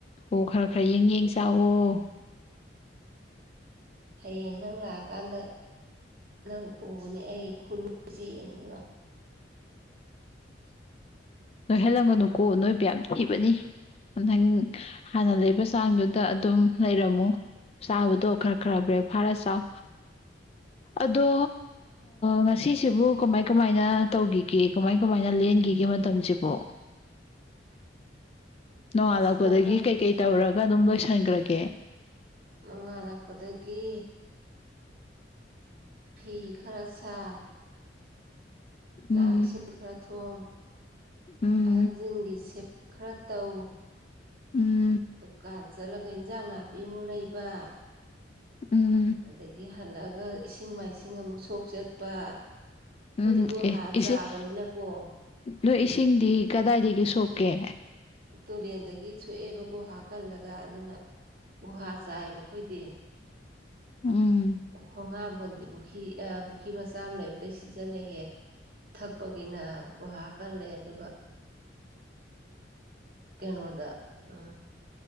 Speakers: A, on the left (about 30°); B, on the right (about 50°).
A: ꯑꯣ ꯈꯔ ꯈꯔ ꯌꯦꯡ ꯌꯦꯡ ꯆꯥꯛꯑꯣ
B: ꯍꯌꯦꯡ ꯅꯪ ꯂꯥꯛꯑꯀꯥꯟꯗ ꯅꯪ ꯎꯕꯅꯦ ꯑꯩ ꯈꯨꯟꯁꯤꯦ ꯌꯦꯡꯉꯨꯔ <inaudible>
A: ꯅꯣꯏꯍꯜꯂꯝꯒꯅꯨꯀꯣ ꯅꯣꯏꯕ ꯌꯥꯝ ꯊꯤꯕꯅꯤ ꯅꯪ ꯍꯥꯟꯅ ꯂꯩꯕ ꯆꯥꯡꯗꯨꯗ ꯑꯗꯨꯝ ꯂꯩꯔꯝꯃꯨ ꯆꯥꯕꯗꯣ ꯈꯔ ꯈꯔ ꯕ꯭ꯔꯦꯛ ꯐꯥꯔ ꯆꯥꯎ ꯑꯗꯣ ꯉꯁꯤꯁꯤꯕꯨ ꯀꯃꯥꯏ ꯀꯃꯥꯏꯅ ꯇꯧꯈꯤꯒꯦ ꯀꯃꯥꯏ ꯀꯃꯥꯏꯅ ꯂꯦꯟꯈꯤꯒꯦ ꯃꯇꯝꯁꯤꯕꯣ ꯅꯣꯡꯉꯥꯜꯂꯛꯄꯗꯒꯤ
B: ꯑꯁ ꯃꯇꯝꯁꯦ
A: ꯀꯩ ꯀꯩ ꯇꯧꯔꯒ ꯑꯗꯨꯝ ꯂꯣꯏꯁꯤꯟꯈ꯭ꯔꯒꯦ
B: ꯅꯣꯉꯥꯜꯂꯛꯄꯗꯒꯤ ꯐꯤ ꯈꯔ ꯁꯥ ꯆꯥꯛ
A: ꯎꯝ
B: ꯏꯁꯤꯡ ꯈꯔ ꯊꯣꯡ
A: ꯎꯝ
B: ꯑꯍꯟꯁꯤꯡꯒꯤꯒꯤ ꯁꯦꯕꯥ ꯈꯔ ꯇꯧ
A: ꯎꯝ
B: ꯗꯨꯀꯥꯟ ꯆꯠꯂꯒ ꯏꯟꯖꯥꯡ ꯅꯥꯄꯤꯃꯨꯛ ꯂꯩꯕ
A: ꯎꯝ
B: ꯑꯗꯒꯤ ꯍꯜꯂꯛꯑꯒ ꯏꯁꯤꯡ ꯃꯥꯏꯁꯤꯡ ꯑꯃꯨꯛ ꯁꯣꯛ ꯆꯠꯄ ꯑꯩꯈꯣꯏꯗꯤ
A: ꯎꯝ
B: ꯒꯨꯍꯥ
A: ꯑꯦ ꯏꯁꯤꯡ
B: ꯆꯥꯕꯅꯤꯅ ꯀꯣ
A: ꯅꯣꯏ ꯏꯁꯤꯡꯗꯤ ꯀꯗꯥꯏꯗꯒꯤ ꯁꯣꯛꯀꯦ
B: ꯇꯨꯔꯦꯟꯗꯒꯤ ꯁꯣꯛꯑꯦꯕ ꯒꯨꯍꯥ ꯀꯜꯂꯒ ꯑꯗꯨꯅ ꯒꯨꯍꯥ ꯆꯥꯏꯕ ꯑꯩꯈꯣꯏꯗꯤ
A: ꯎꯝ
B: ꯈꯣꯡ ꯍꯥꯝꯕꯣꯟꯗꯤ ꯄꯨꯈ꯭ꯔꯤ ꯑ ꯄꯨꯈ꯭ꯔꯤ ꯃꯆꯥ ꯑꯃ ꯂꯩꯕꯗꯩ ꯁꯤꯖꯤꯟꯅꯩꯌꯦ ꯊꯛꯄꯒꯤꯅ ꯒꯨꯍꯥ ꯀꯜꯂꯦ ꯑꯗꯨꯒ ꯀꯩꯅꯣꯗ ꯑ